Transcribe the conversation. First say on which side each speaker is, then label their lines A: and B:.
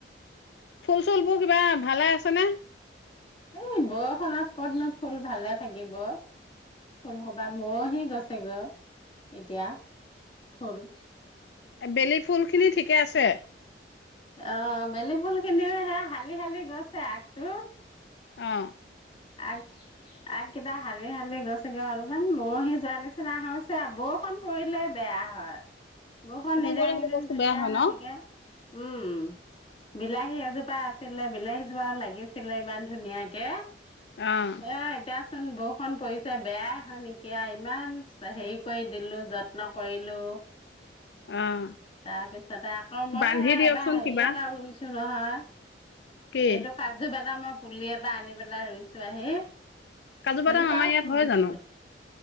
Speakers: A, on the left; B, on the left.
A: ফুল চুলবোৰ কিবা, ভালে আছেনে?
B: এই, বৰষুণত কতনো ফুল ভালে থাকিব ফুল সোপা মৰহি গছে গৈ অ এতিয়া ফুল
A: বেলি ফুল খিনি ঠিকে আছে।
B: অ বেলি ফুল খিনিও সে শালি-শালি গৈছে আগটো।
A: অ
B: আগ আগকেইটা হালি হালি গৈছে গৈ, অলপমান মৰহি যোৱা নিচিনা আহ হৈছে, বৰষুণ পৰিলেই বেয়া হয় বৰষুণ নিদিয়া
A: পৰিলে সেইটো
B: কেইদিন
A: বস্তু
B: ধুনীয়া
A: বেয়া হয়
B: হৈ
A: ন?
B: থাকে উম বিলাহী এজোপা আছিলে বিলাহী জোপা লাগিছিলে ইমান ধুনীয়াকে এয়া,
A: অ'
B: এতিয়াচোন বৌ', বৰষুণ পৰিছে বেয়াই হয়, নেকি ইমান হেৰি কৰি দিলো, যত্ন কৰিলো,
A: অ'
B: তাৰপিছতে আকৌ মই',
A: বান্ধি
B: সেয়া,
A: দিয়কচোন
B: এবাৰ হেৰি
A: কিবা।
B: এটা ৰুইছো। <unintelligible>
A: কি?
B: এইটো কাজু -বাদামৰ, পুলি এটা আনি পেলাই ৰুইছো আহি
A: কাজু
B: সেইজোপাও
A: বাদাম আমাৰ ইয়াত
B: ফুলিছিলে
A: হয় জানো